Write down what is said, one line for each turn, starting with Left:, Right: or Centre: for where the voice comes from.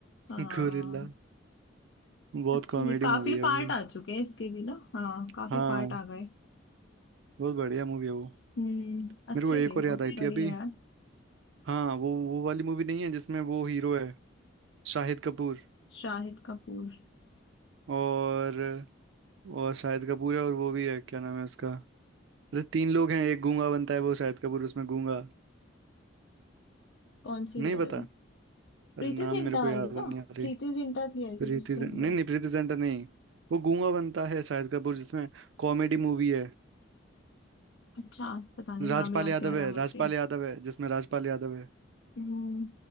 Left: हाँ
Right: गोरिल्ला <laughs> बहुत
Left: अच्छी
Right: कॉमेडी
Left: थी काफी
Right: मूवी है
Left: पार्ट
Right: वो
Left: आ चुके हैं इसके भी ना हाँ काफी
Right: हाँ
Left: पार्ट आ गए
Right: बहुत बढ़िया मूवी है वो
Left: हम्म अच्छी
Right: मेरे को एक
Left: थी
Right: और
Left: वो
Right: याद आई
Left: बढ़िया
Right: थी अभी
Left: है
Right: हाँ वो वो वाली मूवी नहीं है जिसमें वो हीरो है शाहिद कपूर
Left: शाहिद कपूर
Right: और और शाहिद कपूर है और वो भी है क्या नाम है उसका अरे तीन लोग हैं एक गूंगा बनता है वो शाहिद कपूर उसमें गूंगा
Left: कौन सी
Right: नहीं
Left: कह
Right: पता
Left: रहे हो
Right: अरे
Left: प्रीति
Right: नाम
Left: जिंटा
Right: मेरे को
Left: वाली
Right: याद
Left: क्या
Right: नहीं आ रही
Left: प्रीति जिंटा थी आई
Right: प्रीति
Left: थिंक उसके
Right: जिं-
Left: अंदर
Right: नहीं नहीं प्रीति जिंटा नहीं वो गूंगा बनता है शाहिद कपूर जिसमें कॉमेडी मूवी है
Left: अच्छा पता नहीं नाम
Right: राजपाल
Left: याद
Right: यादव
Left: नहीं आ रहा
Right: है
Left: मुझे
Right: राजपाल यादव है जिसमें राजपाल यादव है
Left: हम्म,